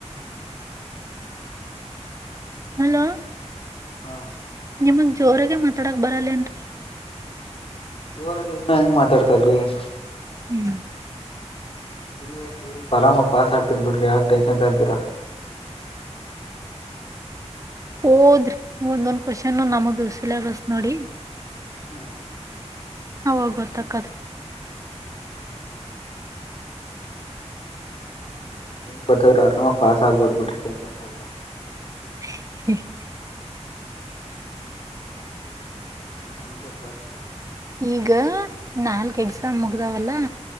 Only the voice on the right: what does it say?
ಹಲೋ
ನಿಮಗ್ ಜೋರಾಗಿ ಮಾತಾಡಕ್ ಬರಲ್ಲೇನ್ರರಿ? <unintelligible>
ಹು <unintelligible>
ಓದ್ರಿ ಒಂದೊಂದ್ ಕ್ವಶನ್ ನಮದು ಸಿಲ್ಯಾಬಸ್ ನೋಡಿ. <unintelligible>
ಅವಾಗ ಗೊತ್ತಕ್ಕದ. <unintelligible>
ಹ
ಈಗ ನಾಲ್ಕ್ ಎಕ್ಸಾಮ್ ಮುಗ್ದಾವಲ್ಲ?